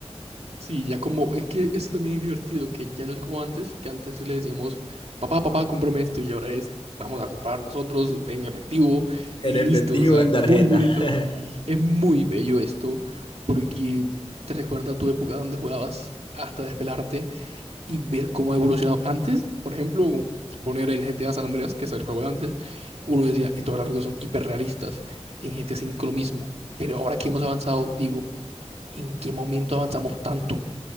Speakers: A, on the right (about 65°); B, on the left (about 50°).
A: Sí, ya como, es que eso también es divertido, que ya no es como antes, que antes le decíamos, papá, papá, cómprame esto, y ahora es, vamos a comprar nosotros en efectivo
B: En
A: y
B: efectivo,
A: listo, o sea,
B: en
A: muy
B: tarjeta.
A: bonito.
B: <laughs>
A: Es muy bello esto, porque te recuerda a tu época donde jugabas hasta despelarte y ver cómo ha evolucionado. Antes, por ejemplo, poner el GTA San Andreas, que es el juego de antes, uno decía, estos gráficos son hiperrealistas, en GTA V lo mismo, pero ahora que hemos avanzado, digo, ¿en qué momento avanzamos tanto?